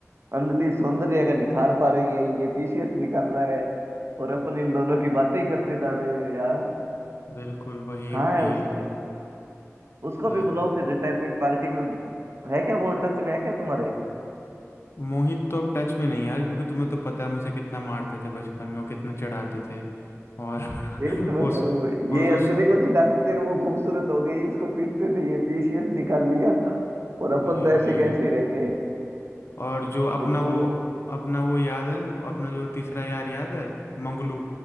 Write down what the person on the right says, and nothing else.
अंजलि सौंदर्य का निखार पा रही है ये पीसीएस निकाल रहा है और अपन इन दोनों की बातें ही करते जा रहे हैं यार
कहाँ
है उसके उसको
भी बुलाओ फिर रिटायरमेंट पार्टी में है क्या वो टच में है क्या तुम्हारे
यही तो मैं
कह रहा हूँ
ये अंजलि
को चिढ़ाते थे वो खूबसूरत हो गई इसको पीटते थे ये पीसीएस निकाल लिया और अपन
तो ऐसे
कैसे ही रह गए
बचपन
में-